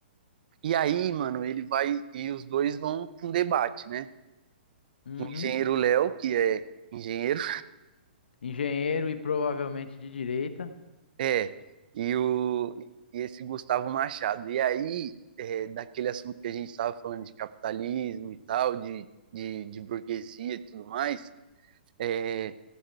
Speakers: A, on the right (about 55°); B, on the left (about 70°).
A: E aí, mano, ele vai... E os dois vão pra um debate, né?
B: Uhum.
A: O engenheiro Léo, que é engenheiro,
B: Engenheiro e provavelmente de direita.
A: É, e, o, e esse Gustavo Machado. E aí, é, daquele assunto que a gente estava falando de capitalismo e tal, de, de, de burguesia e tudo mais, é,